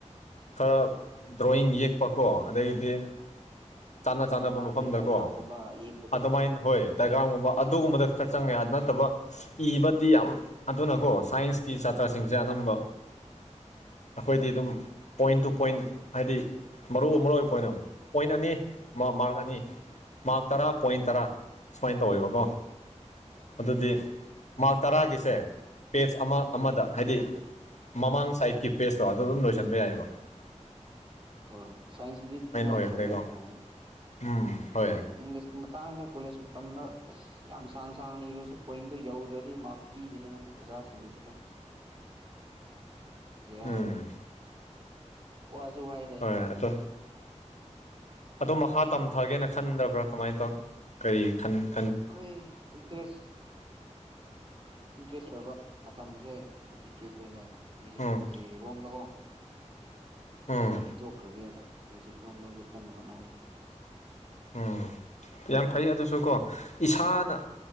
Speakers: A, on the left; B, on the right.
A: ꯈꯔ ꯗ꯭ꯔꯣꯋꯤꯡ ꯌꯦꯛꯄꯀꯣ ꯑꯗꯩꯗꯤ ꯆꯥꯟꯅ ꯆꯥꯅꯕ
B: ꯑ ꯃꯥꯒꯤ
A: ꯃꯐꯝꯗꯀꯣ
B: ꯗꯥꯏꯒ꯭ꯔꯥꯝꯒꯨꯝꯕ ꯌꯦꯛꯄꯗꯣꯀꯣ
A: ꯑꯗꯨꯃꯥꯏꯅ ꯍꯣꯏ ꯗꯥꯏꯒ꯭ꯔꯥꯝꯒꯨꯝꯕ ꯑꯗꯨꯒꯨꯝꯕꯗ ꯈꯔ ꯆꯪꯉꯦ ꯑꯗꯨ ꯅꯠꯇꯕ ꯏꯕꯗꯤ ꯌꯥꯝ ꯑꯗꯨꯅꯀꯣ ꯁꯥꯏꯟꯁꯀꯤ ꯁꯥꯇ꯭ꯔꯁꯤꯡꯁꯦ ꯑꯅꯝꯕ ꯑꯩꯈꯣꯏꯗꯤ
B: ꯎꯝ
A: ꯑꯗꯨꯝ ꯄꯣꯏꯟ ꯇꯨ ꯄꯣꯏꯟ ꯍꯥꯏꯗꯤ ꯃꯔꯨ ꯑꯣꯏ ꯃꯔꯨ ꯑꯣꯏꯕ ꯄꯣꯏꯟ ꯄꯣꯏꯟ ꯑꯅꯤ ꯃꯥꯔꯛ ꯑꯅꯤ ꯃꯥꯔꯛ ꯇꯔꯥ ꯄꯣꯏꯟ ꯇꯔꯥ
B: ꯎꯝ
A: ꯁꯨꯃꯥꯏꯅ ꯇꯧꯋꯦꯕꯀꯣ ꯑꯗꯨꯗꯤ ꯃꯥꯔꯛ ꯇꯔꯥꯒꯤꯁꯦ ꯄꯦꯖ ꯑꯃ
B: ꯎꯝ
A: ꯑꯃꯗ ꯍꯥꯏꯗꯤ ꯃꯃꯥꯡ ꯁꯥꯏꯠꯀꯤ ꯄꯦꯖꯇꯣ ꯑꯗꯨ ꯑꯗꯨꯝ ꯂꯣꯏꯁꯤꯟꯕ ꯌꯥꯏꯌꯦꯕ
B: ꯍꯣꯏ ꯁꯥꯏꯟꯁꯀꯤꯗꯤ ꯑꯗꯨꯃꯥꯏꯅ
A: ꯑꯣꯏꯈ꯭ꯔꯦꯀꯣ
B: ꯇꯧꯋꯦ ꯌꯥꯝ ꯅꯨꯡꯉꯥꯏꯅꯦ
A: ꯎꯝ ꯍꯣꯏ
B: ꯑꯩꯈꯣꯏ ꯏꯪꯂꯤꯁꯀꯤ ꯃꯇꯥꯡꯗꯥ ꯀꯣꯂꯖ ꯃꯇꯝꯗ ꯑꯁ ꯌꯥꯝ ꯁꯥꯡ ꯁꯥꯡꯅ ꯏꯔꯁꯨ ꯄꯣꯏꯟꯗꯣ ꯌꯧꯗ꯭ꯔꯗꯤ ꯃꯥꯔꯛ ꯄꯤꯗꯦꯅꯦ ꯃꯣꯏ ꯑꯣꯖꯥꯁꯤꯡꯗꯨꯁꯨ ꯀꯣ ꯌꯥꯔꯦ
A: ꯎꯝ
B: ꯋꯥꯁꯨ ꯋꯥꯏꯗ
A: ꯍꯣꯏ
B: ꯏꯪꯂꯤꯁꯇꯨꯃꯥꯗꯤ
A: ꯑꯗꯣ ꯑꯗꯣ ꯃꯈꯥ ꯇꯝꯊꯒꯦꯅ ꯈꯟꯗꯕ꯭ꯔꯥ ꯀꯃꯥꯏꯅ ꯇꯧꯏ ꯀꯔꯤ ꯈꯟꯒꯦ
B: ꯍꯣꯏ ꯏꯟꯇꯔꯦꯁ ꯏꯟꯇꯔꯦꯁ ꯑꯣꯏꯕ ꯃꯇꯝꯁꯦ ꯗꯤꯗꯤꯀꯦꯠ ꯑꯣꯏꯅ ꯃꯤꯌꯨꯖꯤꯛꯀꯤ
A: ꯎꯝ
B: ꯔꯣꯝꯗꯥꯀꯣ
A: ꯎꯝ
B: ꯑꯗꯨꯝ ꯄꯤꯊꯣꯛꯈ꯭ꯔꯒꯦꯅ ꯃꯤꯌꯨꯖꯤꯛ ꯂꯣꯝꯗ ꯍꯧꯖꯤꯛ ꯀꯟꯅ ꯍꯣꯠꯅꯔꯤ
A: ꯎꯝ ꯌꯥꯝ ꯐꯩ ꯑꯗꯨꯁꯨ ꯀꯣ ꯏꯁꯥꯅ